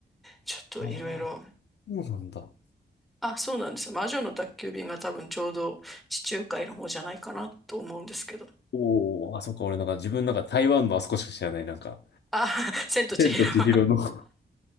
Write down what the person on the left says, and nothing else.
あー、そうなんだ。
おお、あ、そっか、俺なんか自分なんか台湾のあそこしか知らない、なんか。
天と千尋の
<laughs>